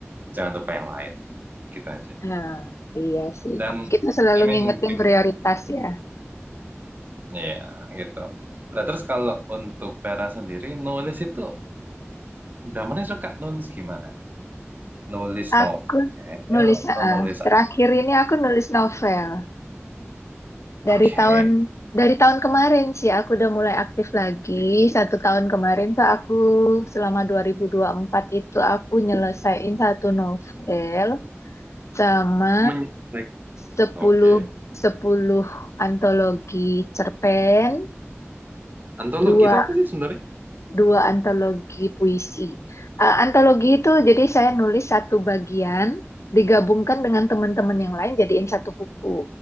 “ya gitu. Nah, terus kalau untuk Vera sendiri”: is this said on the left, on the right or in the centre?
Right